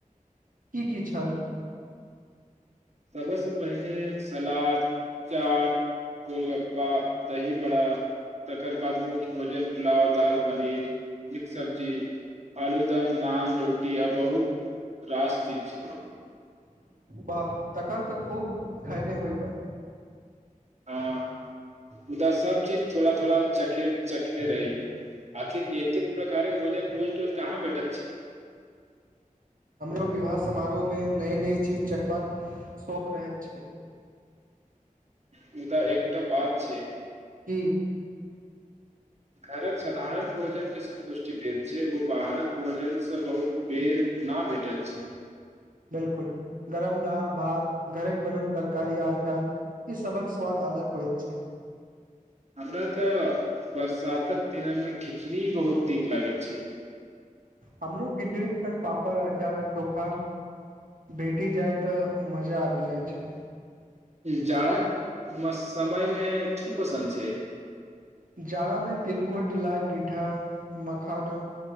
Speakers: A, on the right (about 80°); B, on the right (about 50°).
A: की की छल
B: सबसँ पहिने सलाद चाट गोलगप्पा दहीबड़ा तकर बाद मुख्य भोजन पुलाव दाल पनीर मिक्स सब्जी आलूदम नान रोटी आ बहुत रास चीज
A: वाह तखन तऽ खूब खेने होयबइ
B: हँ मुदा सब चीज थोड़ा थोड़ा च चखने रही आखिर एतेक प्रकारक वजन रोज रोज कहाँ बैठत छै
A: हमरो विवाह समारोहमे नइ नइ चीज चखबा के शौक रहैत छै
B: मुदा एकटा बात छै
A: की
B: घरक साधारण भोजन जे सन्तुष्टि दैत छै ओ बाहरक भोजनसँ बहुत बेेर ना भेटत छै
A: बिलकुल गरम दाल भात घरक बनल तरकारी अचार ई सबक स्वाद अलग होइत छै
B: हमरा तऽ बरसातक दिनमे खिचड़ी बहुत नीक लागैत छै
A: हमरो खिचड़ीक संग पापड़ अचार चोखा भेटी जाइ तऽ मजा आबि जाइ छै
B: जाड़क समय मे की पसन्द छै
A: जाड़ामे तिलकुट लाइ पीठा मखाना